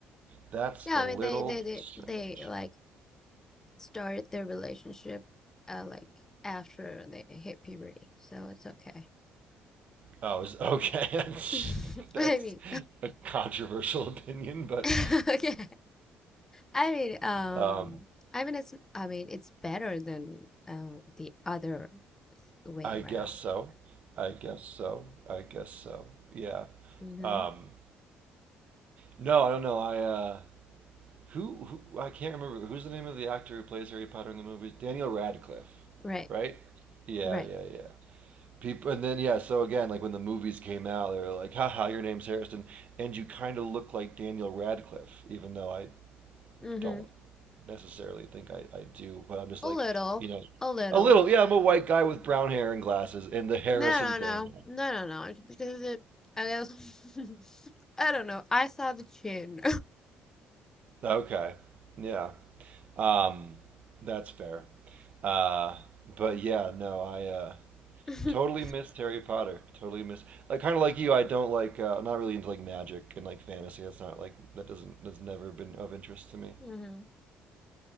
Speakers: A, on the right; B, on the left.
A: That's
B: I
A: a little
B: mean they they they
A: <laughs> strange.
B: they like started their relationship uh like after they hit puberty, so it's okay.
A: Oh, is okay.
B: <laughs>
A: <laughs> That's
B: I mean,
A: a controversial opinion, but
B: <laughs> okay. I mean, um,
A: um,
B: I mean, it's, I mean, it's better than uh, the other way
A: I
B: around.
A: guess so. I guess so. I guess so. Yeah.
B: hmm
A: Um, no, I don't know. I uh, Who, who I can't remember who's the name of the actor who plays Harry Potter in the movies? Daniel Radcliffe,
B: Right,
A: right? Yeah,
B: right.
A: yeah, yeah. People, and then yeah. So again, like when the movies came out, they were like, "Haha, your name's Harrison," and you kind of look like Daniel Radcliffe, even though I
B: hmm
A: don't necessarily think I, I do. But I'm just
B: A
A: like,
B: little,
A: you know,
B: a little.
A: a little. Yeah, I'm a white guy with brown hair and glasses, and the Harrison
B: No, no,
A: thing.
B: no, no, no, no. It's because it, I guess, <laughs> I don't know. I saw the chin.
A: Okay. Yeah. Um, that's fair. Uh, but yeah, no, I uh,
B: <laughs>
A: Totally missed Harry Potter. Totally missed. Like kind of like you, I don't like. Uh, I'm not really into like magic and like fantasy. That's not like that doesn't that's never been of interest to me.
B: hmm